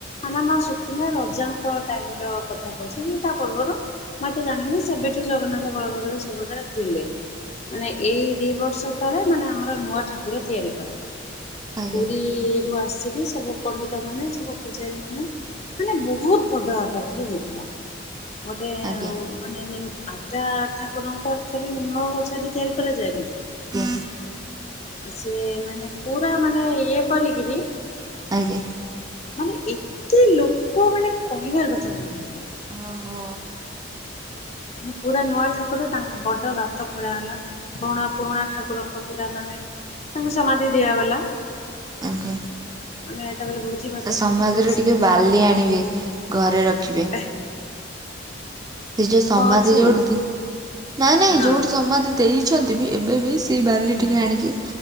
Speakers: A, on the left (about 35°); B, on the right (about 20°).
A: ମାନେ ଆମ ସୁକିନ୍ଦା ରଜାଙ୍କ ଟାଇମର କଥା କହୁଚି କି ତା ପୁର୍ବୁରୁ। ମୁଁ ଏତେ ଜାଣିନି ସେବେଠୁ ଜଗନ୍ନାଥ ବଳଭଦ୍ର ସୁଭଦ୍ରା - ଥିଲେ ମାନେ ଏଇ ଦି ବର୍ଷ ତଳେ ମାନେ ଆମର ନୂଆ ଠାକୁର ତିଆରି କରାଗଲା।
B: ଆଜ୍ଞା
A: ପୁରୀରୁ ଆସିକି- ସବୁ ପଣ୍ଡିତ ମାନେ ସବୁ ପୂଜାରୀ ମାନେ ମାନେ ବହୁତ ବଡ ଆକାରରେ ହେଇଥିଲା। ଗୋଟେ
B: ଆଜ୍ଞା।
A: ମାନେ ନି ଆଟା ଠାକୁରଙ୍କୁ ଆଚୁଆଲି ନିମ୍ବ ଗଛ ତିଆରି କରାଯାଏନି କି
B: ହୁଁ
A: ଆଉ ସିଏ ମାନେ ପୁରା ମାନେ ଇ କରିକିରୀ
B: ଆଜ୍ଞା।
A: ମାନେ ଏତେ ଲୋକ ମାନେ କହିବାର କଥା ନାହିଁ
B: ଓହୋ
A: ମାନେ ପୁରା ନୂଆ ଠାକୁର ତାଙ୍କ ବଡ ଗାତ ଖୋଳା ହେଲା। ପୁରୁଣା ପୁରୁଣା ଠାକୁରଙ୍କ ପୁରା ମାନେ ତାଙ୍କୁ ସମାଧି ଦିଆଗଲା।
B: ଉଁ ହୁଁ
A: ମାନେ ତାପରେ ଭୋଜି ଭାତ
B: ସେ ସମାଧି
A: ବହୁତ ଜୋରସୋରରେ
B: ରୁ ଟିକେ ବାଲି ଆଣିବେ। ଘରେ ରଖିବେ।
A: ଏ
B: ସେ ଯୋଉ ସମାଧି
A: ଅଛି
B: ଯୋଉଠି ନାଇଁ ନାଇଁ
A: ହଁ
B: ଯୋଉଠି ସମାଧି ଦେଇଛନ୍ତି ବି ଏବେ ବି ସେଇ ବାଲି
A: ହଁ
B: ଟିକେ ଆଣିକି